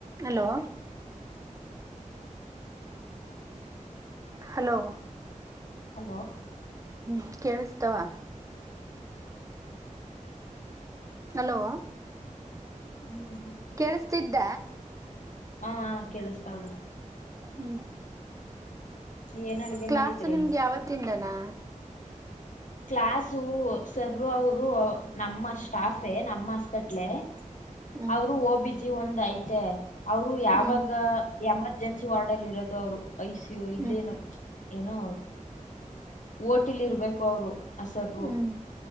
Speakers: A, on the right; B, on the left.
A: Hello hello
B: hello
A: ಹ್ಮ ಕೇಳಿಸ್ತಾವ hello
B: ಹ್ಮ್
A: ಕೇಳಸ್ ತಿದ್ದ
B: ಹಾ ಕೇಳಸ್ತಾವಣ
A: ಹ್ಮ್
B: ಏನ್ ಅಡ್ಗೆ
A: ಕ್ಲಾಸ್
B: ಮಾಡಿದ್ರಿ
A: ನಿಮ್ಗೆ ಯಾವತ್ತಿಂದನಾ
B: ಕ್ಲಾಸು ಸರ್ ಅವರು ನಮ್ಮ ಸ್ಟಾಫೇ ನಮ್ಮ ಹಾಸ್ಪೆಟ್ಲೆ
A: ಹ್ಮ್
B: ಅವರು ಹೋಗಬ್ಬಿದ್ದ ಜಿ ಒಂದ್ ಐತೆ ಅವರು ಯಾವಾಗ
A: ಹ್ಮ್
B: ಎಮರ್ಜೆನ್ಸಿ ವಾರ್ಡ್ ಅಲ್ಲಿ ಇರೋದು ಅವ್ರು ಐ ಸಿ ಯು ಇಲ್ಲಿನ
A: ಹ್ಮ್
B: ಏನೋ ಓಟಿಲ್ ಇರ್ಬೇಕು ಅವರು ಅಸರ್
A: ಹ್ಮ್